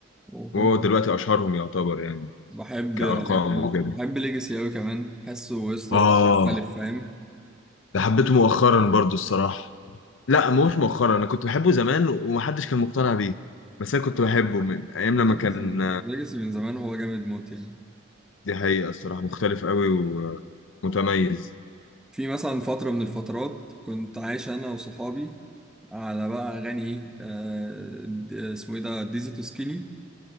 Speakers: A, in the centre; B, on the left.
A: وكنت
B: وهو دلوقتي اشهرهم يعتبر يعني
A: بحب
B: كارقام وكده
A: بحب ليجاسي أوي كمان حاسه قصة
B: اه
A: مختلف فاهم
B: ده حبيته مؤخرا برضو الصراحه لا مش مؤخرا انا كنت بحبه زمان ومحدش كان مقتنع بيه بس انا كنت بحبه من ايام لما
A: ليجاسي
B: كان
A: ليجاسي من زمان وهو جامد موت يعني
B: دي حقيقه الصراحه مختلف قوي ومتميز
A: في مثلا فترة من الفترات كنت عايش أنا وصحابي على بقى أغاني إيه آه، د- اسمه إيه ده ديزي تو سكيني